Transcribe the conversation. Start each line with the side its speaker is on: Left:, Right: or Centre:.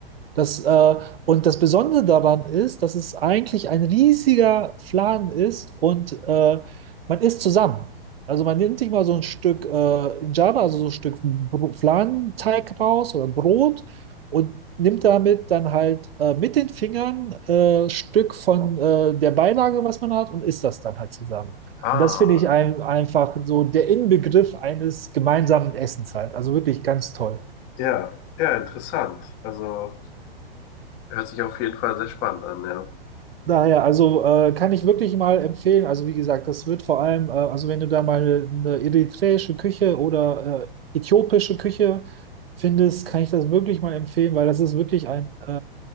Right: Das, äh, und das Besondere daran ist, dass es eigentlich ein riesiger Fladen ist und äh, man isst zusammen. Also man nimmt sich mal so ein Stück äh, in Java, also so ein Stück Br- Fladenteig raus oder Brot und nimmt damit dann halt äh, mit den Fingern äh, Stück von äh, der Beilage, was man hat, und isst das dann halt zusammen.
Left: Ah,
Right: Und das finde ich ein, einfach so der Inbegriff eines gemeinsamen Essens halt. Also wirklich ganz toll.
Left: ja, ja, interessant. Also hört sich auf jeden Fall sehr spannend an, ja.
Right: Daher, also äh, kann ich wirklich mal empfehlen, also wie gesagt, das wird vor allem, äh, also wenn du da mal eine, eine eritreische Küche oder äh, äthiopische Küche findest, kann ich das wirklich mal empfehlen, weil das ist wirklich ein, äh,